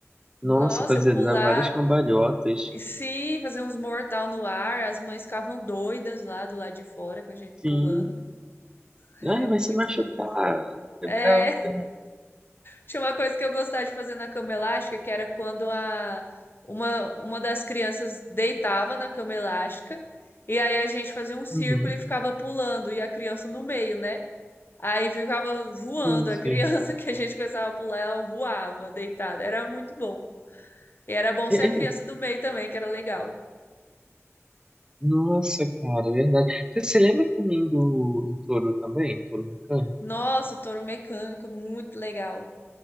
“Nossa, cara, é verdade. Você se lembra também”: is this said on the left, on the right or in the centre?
Right